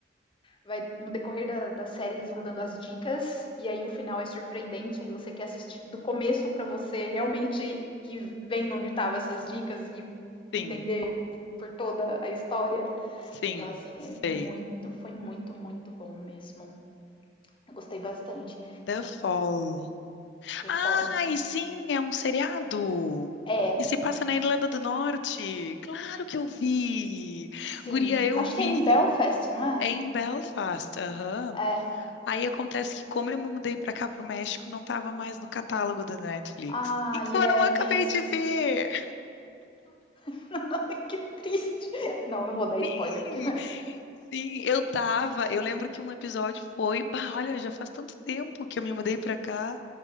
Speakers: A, on the left; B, on the left.
A: vai no decorrer da, da série eles vão dando as dicas e aí o final é surpreendente, aí você quer assistir do começo para você realmente ir vendo onde estavam essas dicas e
B: Sim,
A: entender por toda a história.
B: sim,
A: Então assim,
B: sei.
A: é muito, foi muito, muito bom mesmo. Eu gostei bastante.
B: The Fall.
A: The
B: Ai,
A: Fall.
B: sim, é um seriado.
A: É,
B: E se passa na Irlanda do Norte. Claro que eu vi.
A: sim.
B: Guria, eu
A: Acho
B: vi.
A: que é em Belfast, não é?
B: É em Belfast, aham.
A: É.
B: Aí acontece que, como eu me mudei pra cá, pro México, não tava mais no catálogo da Netflix.
A: Ah,
B: Então
A: e yeah,
B: eu não acabei
A: tem essas.
B: de ver.
A: <laughs> que triste. Não, não vou dar spoiler
B: Sim,
A: porque
B: sim, eu tava. Eu lembro que um episódio foi. Bah, olha, já faz tanto tempo que eu me mudei pra cá,